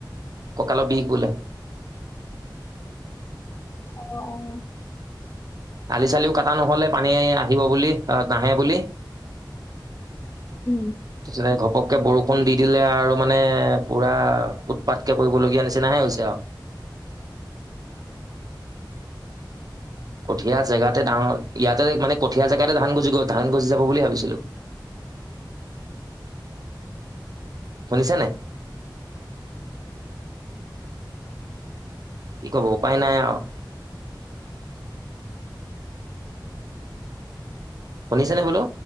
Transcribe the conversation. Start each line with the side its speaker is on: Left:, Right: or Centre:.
Right: ককালো বিষ বোলে।
Left: অঁ, অঁ
Right: আলি-চালিও কাটা নহলে পানী আহিব বুলি আ নাহে বুলি।
Left: উম
Right: তাৰপিছতে ঘপককে বৰষুণ দি দিলে আৰু মানে পুৰা উৎপাত কৰিবলগীয়া নিচিনাহে হৈছে আৰু। কঠীয়া জেগাতে ডাঙৰ ইয়াতে মানে কঠীয়া জেগাতে ধান গজি গল ধান গজি যাব বুলি ভাবিছিলো। শুনিছে নে? কি কব উপায় নাই আৰু। শুনিছেনে বোলো?